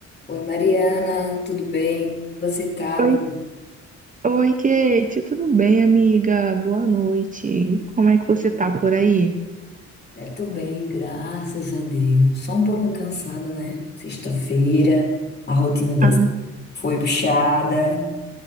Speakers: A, on the left; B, on the right.
A: Oi, Mariana, tudo bem? Você tá, amiga?
B: Oi, oi, Kate, tudo bem, amiga? Boa noite. Como é que você tá por aí?
A: É, tô bem, graças a Deus. Só um pouquinho cansada, né? Sexta-feira, a rotina dessa
B: Ah,
A: foi puxada.